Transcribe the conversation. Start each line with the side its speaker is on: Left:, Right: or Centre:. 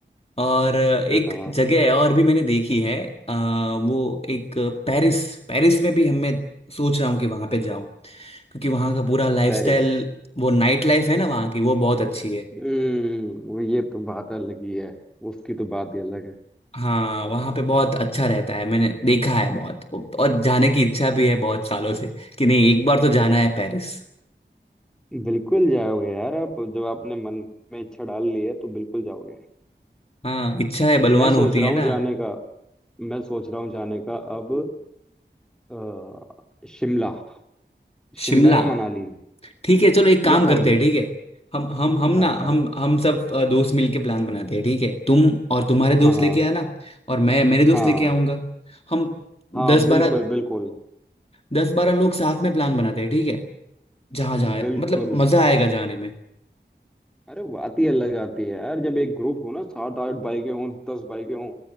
Left: और एक
Centre: ये तो है
Left: जगह है और भी मैंने देखी है आ, वो एक पेरिस पेरिस में भी हमें सोच रहा हूँ कि वहां पे जाऊं क्योंकि वहां का पूरा लाइफस्टाइल
Centre: पेरिस
Left: वो नाइट लाइफ है ना वहां की वो बहुत अच्छी
Centre: हम्म
Left: है
Centre: वो ये तो बात अलग ही है उसकी तो बात ही अलग है
Left: हाँ वहाँ पे बहुत अच्छा रहता है मैंने देखा है बहुत और जाने की इच्छा भी है बहुत सालों से कि नहीं एक बार तो जाना है पेरिस
Centre: बिल्कुल जाओगे यार आप जब आपने मन में इच्छा डाल ली है तो बिल्कुल जाओगे
Left: हाँ इच्छा है बलवान
Centre: मैं सोच
Left: होती
Centre: रहा
Left: है
Centre: हूँ
Left: ना
Centre: जाने का मैं सोच रहा हूँ जाने का अब अ, शिमला शिमला
Left: शिमला
Centre: या मनाली
Left: ठीक है चलो एक काम
Centre: या
Left: करते
Centre: ओली
Left: हैं ठीक है हम हम हम
Centre: हाँ
Left: ना
Centre: बताओ
Left: हम हम सब अ, दोस्त मिलके प्लान बनाते हैं ठीक है तुम और तुम्हारे
Centre: हाँ
Left: दोस्त
Centre: हाँ
Left: लेके आना और मैं मेरे दोस्त
Centre: हाँ
Left: लेके आऊंगा हम
Centre: हाँ
Left: दस
Centre: बिल्कुल
Left: बारह
Centre: बिल्कुल
Left: दस बारह लोग साथ में प्लान बनाते हैं ठीक है जहाँ जहाँ
Centre: बिल्कुल
Left: मतलब मजा आएगा जाने में
Centre: अरे बात ही अलग आती है यार जब एक ग्रुप हो ना सात आठ बाइकें हों दस बाइकें हों